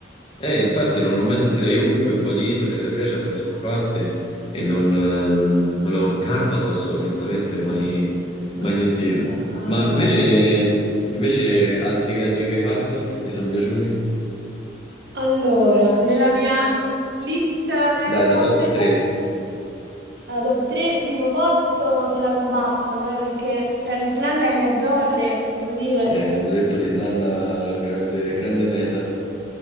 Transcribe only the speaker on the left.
Eh, infatti non l'ho mai sentita. Io comunque un po' di isole della Grecia me ne sono fatte e non, ehm, non l'ho Carpathos onestamente mai,
mai sentita.
Ma invece,
invece altri viaggi che hai fatto che ti sono piaciuti?
Dai,
la top
3.
mi hanno detto l'Islanda grande, grande meta.